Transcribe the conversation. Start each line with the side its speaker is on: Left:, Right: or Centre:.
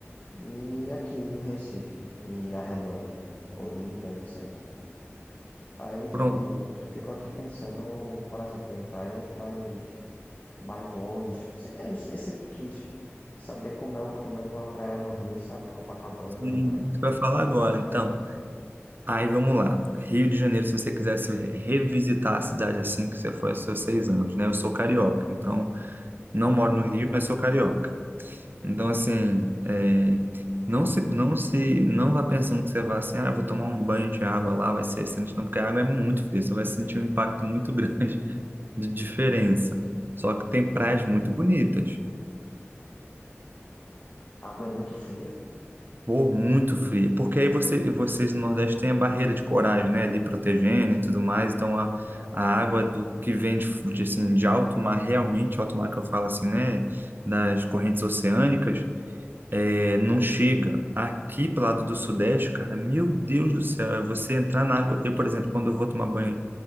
Left: e aqui em Recife e arredores, no caso, Olinda, etc. Aí, tipo,
Right: Pronto.
Left: eu fico aqui pensando, por exemplo, em praias mais, mais longe, tipo, se- eu, eu sempre quis saber como é o clima de uma praia no Rio, sabe, Copacabana,
Right: E, tu vai falar agora, então. Aí vamos lá. Rio de Janeiro, se você quisesse revisitar a cidade assim que você foi aos seus seis anos, né? Eu sou carioca, então não
Left: Ah,
Right: moro no Rio, mas sou carioca. Então, assim, é, não se, não se, não vá pensando que você vai assim, ah, eu vou tomar um banho de água lá, vai ser excelente, não, porque a água é muito fria, você vai sentir um impacto muito grande <laughs> de diferença.
Left: Muito fria,
Right: Só que tem
Left: muito
Right: praias
Left: fria.
Right: muito bonitas.
Left: A água é muito fria.
Right: Pô, muito fria, porque aí você, vocês no Nordeste têm a barreira de coragem, né, ali protegendo e tudo mais, então a,
Left: Ah,
Right: a água do que vem de, fu- de, assim, de alto mar, realmente, alto mar que eu falo assim, né, das correntes oceânicas, é, não chega. Aqui pro lado do Sudeste, cara, meu Deus do céu, é você entrar na água, eu, por exemplo, quando eu vou tomar banho